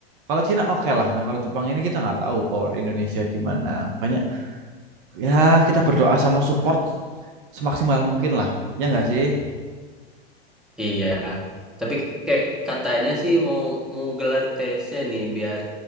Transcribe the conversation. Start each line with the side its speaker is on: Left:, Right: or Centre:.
Right: kalau Cina oke lah. Nah, kalau Jepang ini kita nggak tahu power Indonesia gimana. Makanya Ya, kita berdoa sama support semaksimal mungkin lah. Ya nggak sih?
Centre: iya. Tapi kayak katanya sih mau mau gelar TC nih biar